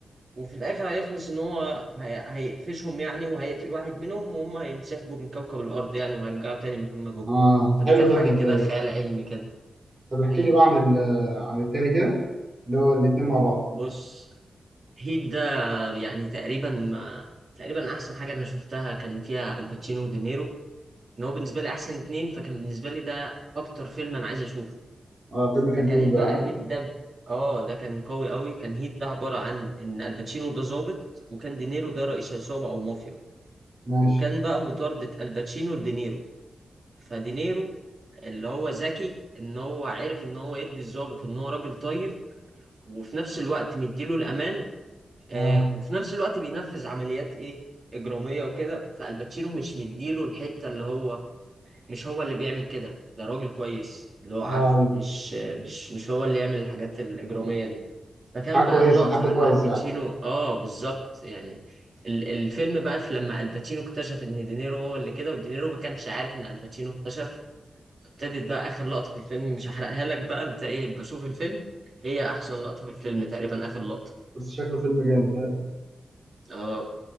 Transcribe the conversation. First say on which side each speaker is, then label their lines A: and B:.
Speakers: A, on the right; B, on the right.
A: وفي الاخر هيخلص ان هو هي- هيقفشهم يعني وهيقتل واحد منهم وهم هينسحبوا من كوكب الارض يعني وهيرجعوا تاني مكان ما جم
B: اه
A: فدي
B: حلو
A: كانت حاجة
B: ده فانتازي
A: كده خيال علمي كده
B: طب احكي
A: مم.
B: لي بقى عن ال... عن التاني كده اللي هو الاتنين مع بعض
A: بص هيت ده يعني تقريبا ما تقريبا احسن حاجة انا شفتها كان فيها الباتشينو ودينيرو ان هو بالنسبه لي احسن اتنين فكان بالنسبه لي ده اكتر فيلم انا عايز اشوفه
B: اه فيلم كان
A: فكان
B: تقيل بقى
A: بقى هيت ده ب- اه ده كان قوي قوي كان هيت ده عباره عن ان الباتشينو ده ظابط وكان دينيرو ده رئيس عصابه او مافيا
B: ماشي
A: وكان بقى مطاردة الباتشينو لدينيرو فدينيرو اللي هو ذكي ان هو عرف ان هو يدي الظابط ان هو راجل طيب وفي نفس الوقت مديله الامان آه
B: اه
A: وفي نفس الوقت بينفذ عمليات ايه اجراميه وكده فالباتشينو مش مديله الحته اللي هو مش هو اللي بيعمل كده ده راجل كويس اللي هو عارفه
B: اه
A: مش مش مش هو اللي يعمل الحاجات الإجرامية دي فكان
B: حاجه
A: بقى
B: كويسه
A: اللقطة
B: حد
A: لما
B: كويس
A: الباتشينو
B: يعني
A: اه بالظبط يعني ال- الفيلم بقى في لما الباتشينو اكتشف ان دينيرو هو اللي كده ودينيرو ما كانش عارف ان الباتشينو اكتشف ابتدت بقى اخر لقطة في الفيلم مش هحرقها لك بقى انت ايه بشوف الفيلم هي احسن لقطة في الفيلم تقريبا اخر لقطة
B: بس شكله فيلم جامد ها؟
A: اه